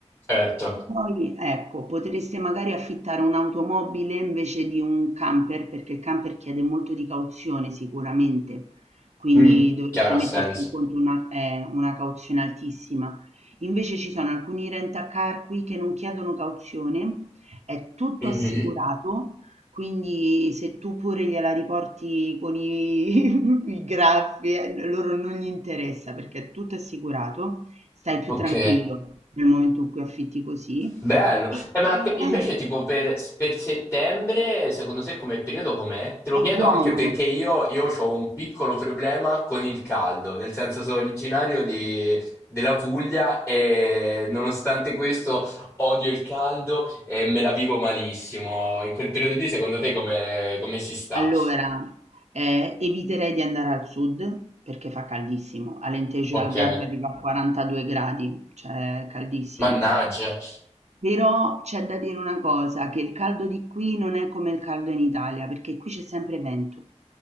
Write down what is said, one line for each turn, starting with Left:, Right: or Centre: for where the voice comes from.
Left: certo,
Right: Poi, ecco, potreste magari affittare un'automobile invece di un camper, perché il camper chiede molto di cauzione sicuramente, quindi
Left: Mm,
Right: dovreste
Left: chiaro ha
Right: metterci
Left: senso.
Right: in conto una, eh, una cauzione altissima. Invece ci sono alcuni rent-a-car qui che non chiedono cauzione, è tutto
Left: Mhm.
Right: assicurato quindi se tu pure gliela riporti con i, <laughs> i graffi, eh, loro non gli interessa perché è tutto assicurato, stai più
Left: Ok.
Right: tranquillo nel momento in cui affitti così.
Left: Bello.
Right: E,
Left: Eh, ma
Right: e-
Left: che-
Right: eh,
Left: invece tipo per, per settembre, secondo te come periodo com'è? Te lo
Right: è
Left: chiedo
Right: buono.
Left: anche perché io, ho un piccolo problema con il caldo, nel senso sono originario di- della Puglia e nonostante questo odio il caldo e me la vivo malissimo. In quel periodo lì, secondo te come, come si sta?
Right: Allora, eh, eviterei di andare al sud perché fa caldissimo. Alentejo
Left: Ok.
Right: e Algarve arriva a 42 gradi, cioè è caldissimo.
Left: Mannaggia.
Right: Però c'è da dire una cosa, che il caldo di qui non è come il caldo in Italia, perché qui c'è sempre vento.